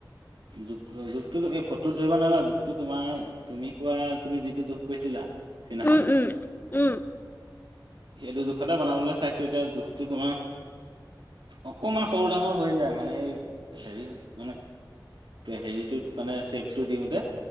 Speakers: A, on the right; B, on the left.
A: জোখ কৰা জোখ তো তুমি ফটোত ধৰিব নোৱাৰা। জোখটো তোমাৰ, তুমি কোৱা, তুমি যিটো জোখ কৈছিলা সেইদিনাখন
B: উম
A: <inaudible>
B: উম উম
A: সেইটো জোখতেই বনাবলৈ চাইছোঁ। এতিয়া জোখটো তোমাৰ অকণমান সৰু-ডাঙৰ হৈ যায় মানে, এই হেৰি, মানে হেৰিত মানে চেপটো দিওঁতে,